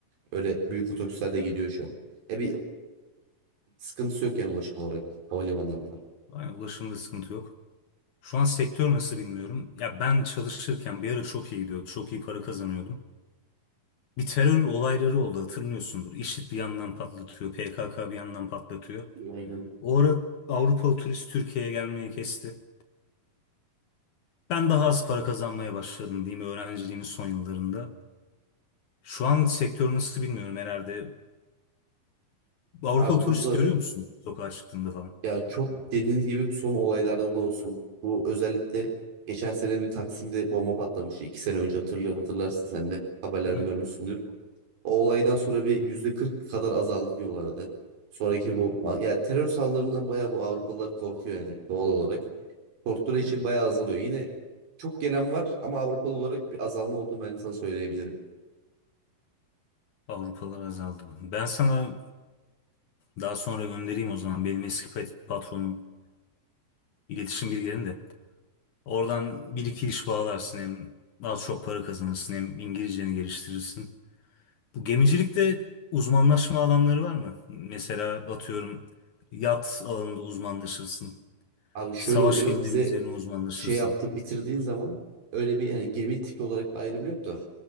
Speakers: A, on the right; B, on the left.
A: Öyle büyük otobüslerde gidiyor şu an. E bir sıkıntısı yok yani ulaşım olarak havalimanlarında.
B: Aynen, ulaşımda sıkıntı yok. Şu an sektör nasıl bilmiyorum. Ya ben çalışırken bir ara çok iyi gidiyordu. Çok iyi para kazanıyordum. Bir terör olayları oldu hatırlıyorsundur. IŞİD bir yandan patlatıyor. PKK bir yandan patlatıyor.
A: Yani,
B: O ara Avrupalı turist Türkiye'ye gelmeye kesti. Ben daha az para kazanmaya başladım diyeyim öğrenciliğimin son yıllarında. Şu an sektör nasıl bilmiyorum herhalde. Avrupalı
A: abi burada
B: turist görüyor musun sokağa çıktığında falan?
A: Ya çok dediğiniz gibi bu son olaylarda da olsun. Bu özellikle geçen sene bir Taksim'de bomba patlamıştı. İki sene önce hatırlıyor, hatırlarsın sen de haberlerde
B: Hı hı.
A: görmüşsündür. O olaydan sonra bir yüzde 40 kadar azaldı diyorlardı. Sonraki bu
B: Hmm.
A: yani terör saldırılarından bayağı bu Avrupalılar korkuyor yani doğal olarak. Korktukları için
B: Ya,
A: bayağı azalıyor. Yine çok gelen var ama Avrupalı olarak bir azalma olduğunu ben sana söyleyebilirim.
B: Avrupalılar azaldı. Ben sana daha sonra göndereyim o zaman. Benim eski pat- patronum iletişim bilgilerini de. Oradan bir iki iş bağlarsın hem az çok para kazanırsın hem İngilizceni geliştirirsin. Bu gemicilikte uzmanlaşma alanları var mı? Mesela atıyorum yat alanında uzmanlaşırsın.
A: Abi şöyle
B: Savaş
A: oluyor.
B: gemileri
A: Bize
B: üzerine uzmanlaşırsın.
A: şey yaptın bitirdiğin zaman öyle bir yani gemi tipi olarak bir ayrım yok da